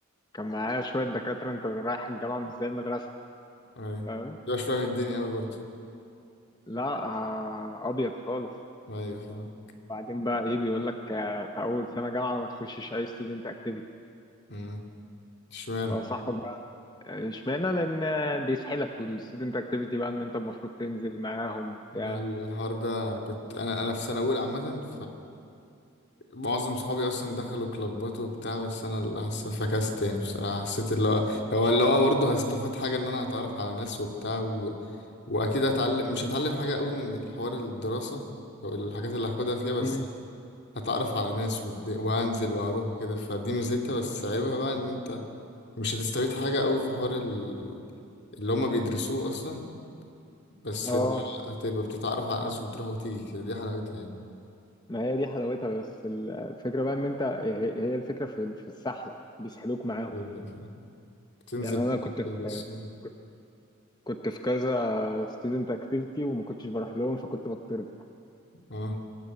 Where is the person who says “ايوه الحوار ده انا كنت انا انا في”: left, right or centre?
Left